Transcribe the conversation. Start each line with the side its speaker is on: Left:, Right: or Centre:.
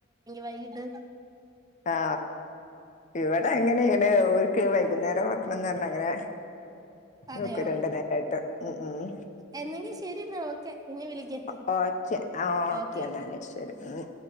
Right: വൈകിട്ട്
Left: ആ ഇവിടെ അങ്ങനെയാണ് ഒരു. വൈകുന്നേരം വക്കണമെന്ന് പറഞ്ഞ അങ്ങനെ.
Right: അതെയോ
Left: വെക്കും രണ്ടു നേരമായിട്ട് ഉം ഉം
Right: എന്നെങ്കി ശരി എന്നാ ഓക്കെ പിന്നെ വിളിക്കാം
Left: അപ്പോ
Right: ഓക്കെ
Left: ഒക്കെ ഒക്കെ
Right: ഓക്കെ
Left: എന്നാല് ശരി ഉം.